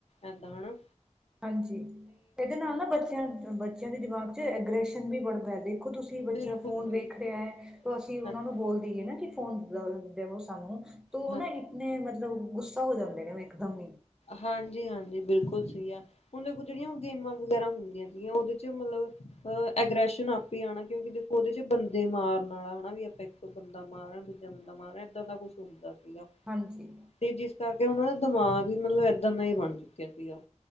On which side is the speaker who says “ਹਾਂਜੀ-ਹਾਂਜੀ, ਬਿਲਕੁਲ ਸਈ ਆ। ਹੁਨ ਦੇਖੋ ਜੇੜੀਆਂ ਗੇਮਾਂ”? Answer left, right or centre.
Left